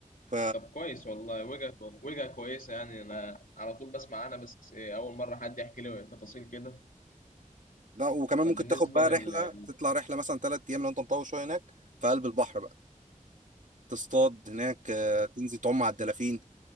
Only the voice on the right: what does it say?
ف
لا وكمان
ممكن
تاخد بقى
رحله تطلع رحله مثلا ثلاث ايام لو انت مطول شويه هناك في قلب البحر بقى تصطاد هناك آه، تنزل تعوم على الدلافين